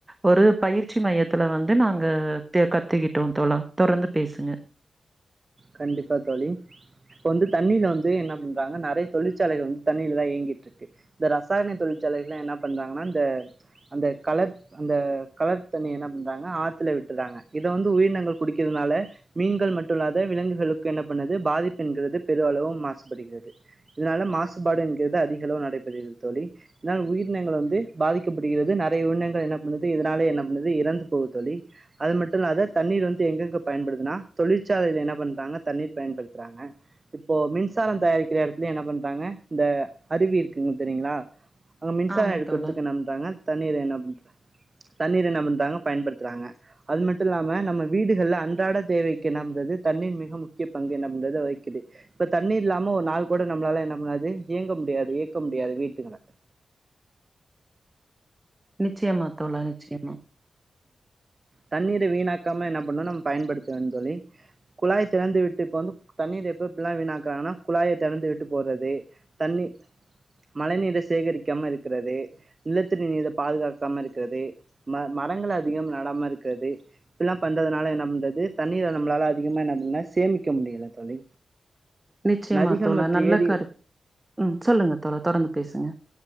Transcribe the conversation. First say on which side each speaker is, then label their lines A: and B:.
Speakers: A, on the right (about 20°); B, on the right (about 40°).
A: ஒரு பயிற்சி மையத்துல வந்து நாங்க தெ கத்துக்கிட்டோ தோழா தொரந்து பேசுங்க
B: கண்டிப்பா தோழி இப்ப வந்து தண்ணில வந்து என்ன பண்றாங்க நறைய தொழிற்சாலைக வந்து தண்ணில தா இயங்கிட்ருக்கு இந்த ரசாயன தொழிற்சாலைகள்லா என்னா பண்றாங்கனா இந்த அந்த கலர் அந்த கலர் தண்ணி என்ன பண்றாங்க ஆத்துல விட்டுர்றாங்க இத வந்து உயிரினங்கள் குடிக்கிறதுனால மீன்கள் மட்டு இல்லா த விலங்குகளுக்கு என்ன பண்ணுது பாதிப்பென்கிறது பெரு அளவு மாசுபடுகிறது இதுனால மாசுபாடு என்கிறது அதிகளவு நடைபெறுகிறது தோழி இருந்தாலு உயிரனங்கள் வந்து பாதிக்கப்படுகிறது நெறைய உயிரினங்கள் என்ன பண்ணுது இதுனாலே என்ன பண்ணுது இறந்து போது தோழி அது மட்டு இல்லாத தண்ணீர் வந்து எங்கெங்க பயன்படுதுனா தொழிற்சாலைல என்ன பண்றாங்க தண்ணீர் பயன்படுத்துறாங்க இப்போ மின்சாரம் தயாரிக்கிற எடத்துலயு என்ன பண்றாங்க இந்த அருவி இருக்குங்க தெரியுங்களா அங்க மின்சார
A: ஆமா
B: எடுக்கற்துக்கு
A: தோழா
B: என்ன பண்றாங்க தண்ணீர் என்ன பண்ற தண்ணீர் என்னபன்றாங்க பயன்படுத்துறாங்க அது மட்டுல்லாம நம்ம வீடுகள்ல அன்றாட தேவைக்கு என்ன பன்றது தண்ணீர் மிக முக்கிய பங்கு என்ன பண்றது வகிக்குது இப்ப தண்ணீர் இல்லாம ஒரு நாள் கூட நம்ளால என்ன பண்ணாது இயங்க முடியாது இயக்க முடியாது வீட்டுங்கள
A: நிச்சயமா தோழா நிச்சயமா
B: தண்ணீரை வீணாக்காம என்ன பண்ணு நம்ம பயன்படுத்துவேன் தோழி குழாய் திறந்து விட்டு இப்ப வந்து தண்ணீர எப்ப எப்புல்லா வீணாக்குறாங்கனா குழாய தெறந்து விட்டு போறது தண்ணி மழை நீீர சேகரிக்காம இருக்கிறது நிலத்தடி நீர பாதுகாக்காம இருக்கிறது ம மரங்கள் அதிகம் நடாம இருக்குறது இப்புல்லா பண்றதுனால என்ன பண்றது தண்ணீர நம்ளால அதிகமா என்ன பண்ண சேமிக்க முடியல தோழி
A: நிச்சயமா
B: நதிகள்
A: தோழா
B: மற்றும்
A: நல்ல
B: ஏரி
A: கரு ம் சொல்லுங்க தோழா தொடர்ந்து பேசுங்க